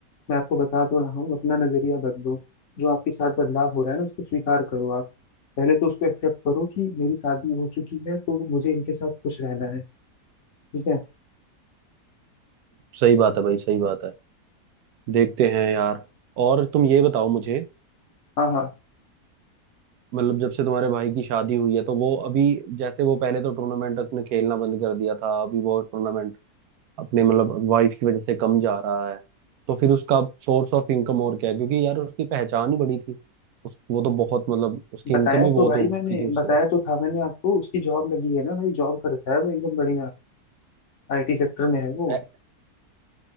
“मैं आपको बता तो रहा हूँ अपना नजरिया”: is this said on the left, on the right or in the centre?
Left